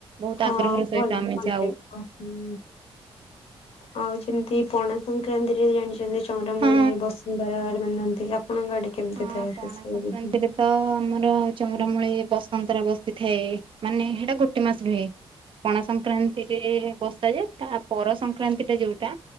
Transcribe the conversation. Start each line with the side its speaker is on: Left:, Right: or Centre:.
Right: ବହୁତ
Left: ହଁ
Right: ଆଗ୍ରହର ସହିତ
Left: ଭଲ
Right: ଆମେ
Left: ଭଲ
Right: ଯାଉ।
Left: ଲାଗିବ ହୁଁ ଆଉ ଯେମିତି ପଣା ସଂକ୍ରାନ୍ତିରେ ଜାଣିଛନ୍ତି ଚଉଁରାମୂଳେ
Right: ହଁ।
Left: ବସୁନ୍ଧରା ମାନନ୍ତି ଆପଣଙ୍କ ଆଡେ କେମିତି
Right: ହଁ
Left: ଥାଏ
Right: ପଣା
Left: ସେ ସବୁ
Right: ସଂକ୍ରାନ୍ତିରେ
Left: ବିଧି?
Right: ତ ଆମର ଚଉଁରାମୂଳେ ବସନ୍ତରା ବସିଥାଏ ମାନେ ହେଇଟା ଗୋଟେ ମାସ ରୁହେ। ପଣା ସଂକ୍ରାନ୍ତିରେ ବସାଯାଏ ତାପର ସଂକ୍ରାନ୍ତିଟା ଯୋଉଟା